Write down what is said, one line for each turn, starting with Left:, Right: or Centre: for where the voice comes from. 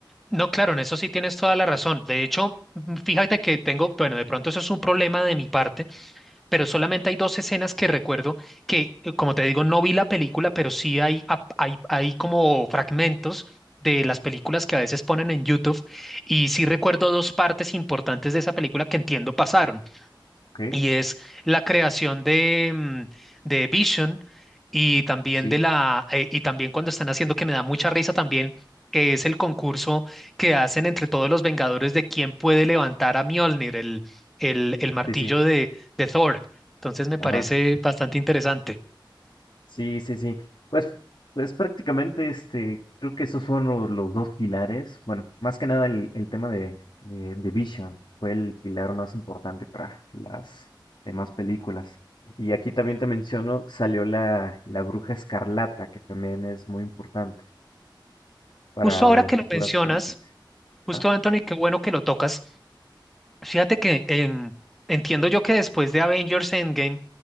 Centre: no, claro, en eso sí tienes toda la razón. De hecho, mm, fíjate que tengo, bueno, de pronto eso es un problema de mi parte, pero solamente hay dos escenas que recuerdo que, eh, como te digo, no vi la película, pero sí hay, ap- hay, hay como fragmentos de las películas que a veces ponen en YouTube y sí recuerdo dos partes importantes de esa película que entiendo pasaron
Left: ¿Ok?
Centre: y es la creación de, mm, de Vision y también
Left: Sí,
Centre: de la eh, y también cuando están haciendo que me da mucha risa también que es el concurso que hacen entre todos los Vengadores de quién puede levantar a Mjolnir, el, el, el martillo
Left: sí, sí.
Centre: de, de Thor. Entonces me
Left: Ajá.
Centre: parece bastante interesante.
Left: Sí, sí, sí. Pues, pues prácticamente este, creo que esos fueron lo- los, dos pilares. Bueno, más que nada el, el tema de, de, de Vision fue el pilar más importante para las demás películas. Y aquí también te menciono, salió la, la Bruja Escarlata, que también es muy importante para
Centre: Justo ahora
Left: las
Centre: que
Left: futuras
Centre: lo mencionas,
Left: películas.
Centre: justo
Left: ¿ah?
Centre: Anthony, qué bueno que lo tocas. Fíjate que em, entiendo yo que después de Avengers Endgame